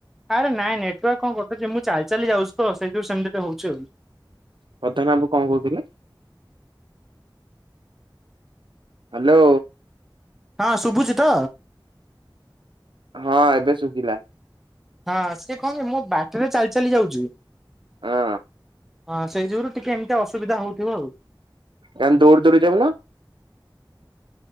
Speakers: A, in the centre; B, on the right.
A: ଆରେ ନାଇଁ ନେଟୱାର୍କ କଣ କଟୁଛି ମୁଁ ଚାଲି ଚାଲି ଯାଉଛି ତ ସେଇଥିୁ ସେମିତି ହଉଛି ଆଉ
B: ପ୍ରଧାନ ବାବୁ କଣ କହୁଥିଲେ। ହାଲୋ।
A: ହଁ ଶୁଭୁଛି ତ?
B: ହଁ ଏବେ ଶୁଭିଲା।
A: ହଁ ସେ କଣ କି ମୋ ବାଟରେ ଚାଲି ଚାଲି ଯାଉଛି।
B: ହଁ
A: ହଁ ସେଇ ଯୋଗୁରୁ ଟିକେ ଏମିତି ଅସୁବିଧା ହଉଥିବ ଆଉ।
B: କାଇଁ ଦୌଡ଼ି ଦୌଡି ଯାଉ ନ।